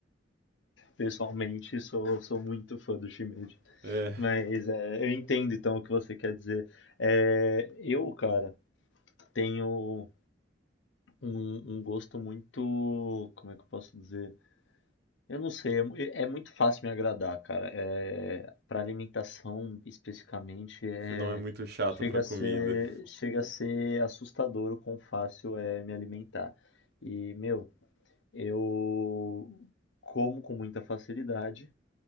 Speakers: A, on the left (about 80°); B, on the right (about 60°).
A: Pessoalmente, sou, sou muito fã do shimeji.
B: É,
A: Mas é, eu entendo então o que você quer dizer. É, eu, cara, tenho. um, um gosto muito, como é que eu posso dizer? Eu não sei, é, mu- é é muito fácil me agradar, cara. É, para alimentação especificamente, é,
B: você não é muito chata
A: chega
B: pra comida.
A: a ser, chega a ser assustador o quão fácil é me alimentar. E, meu, eu como com muita facilidade.